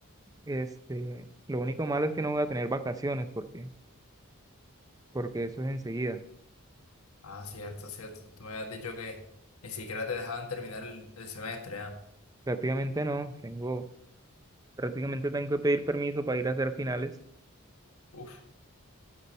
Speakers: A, on the right (about 15°); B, on the left (about 80°).
A: este, lo único malo es que no voy a tener vacaciones porque, porque eso es enseguida.
B: Ah, cierto, cierto. Tú me habías dicho que ni siquiera te dejaban terminar el, el semestre, ¿ah?
A: Prácticamente no, tengo Prácticamente tengo que pedir permiso para ir a hacer finales.
B: Uf,